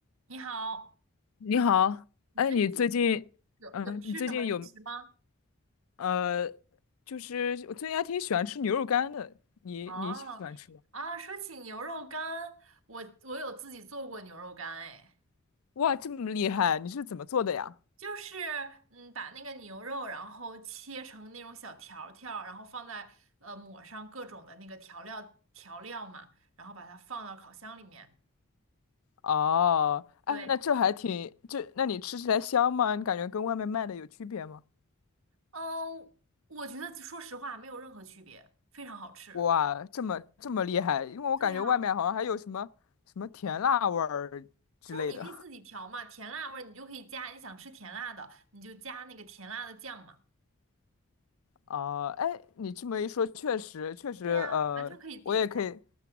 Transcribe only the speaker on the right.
你好，
你最近
有有吃什么零食吗？
哦，啊，说起牛肉干，我我有自己做过牛肉干，哎，
就是嗯，把那个牛肉然后切成那种小条儿条儿然后放在呃抹上各种的那个调料调料嘛，然后把它放到烤箱里面。
对，
嗯，我觉得说实话没有任何区别，非常好吃。
对呀，就是你可以自己调嘛，甜辣味儿你就可以加，你想吃甜辣的，你就加那个甜辣的酱嘛。
对呀，
完全可以自己做。